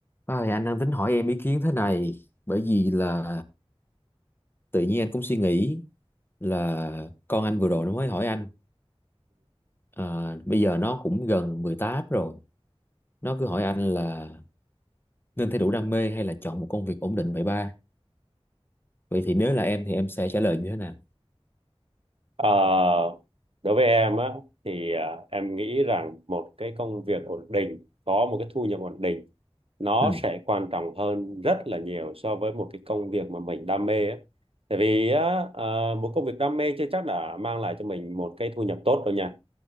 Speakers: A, on the left; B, on the right.
A: Ôi, anh đang tính hỏi em ý kiến thế này bởi vì là tự nhiên anh cũng suy nghĩ là con anh vừa rồi nó mới hỏi anh à, bây giờ nó cũng gần 18 rồi nó cứ hỏi anh là nên theo đuổi đam mê hay là chọn một công việc ổn định vậy ba vậy thì nếu là em thì em sẽ trả lời như thế nào
B: Ờ, đối với em á thì à, em nghĩ rằng một cái công việc ổn định có một cái thu nhập ổn định nó
A: ừ
B: sẽ quan trọng hơn rất là nhiều so với một cái công việc mà mình đam mê á. Tại vì á, à, một công việc đam mê chưa chắc đã mang lại cho mình một cái thu nhập tốt đâu nha.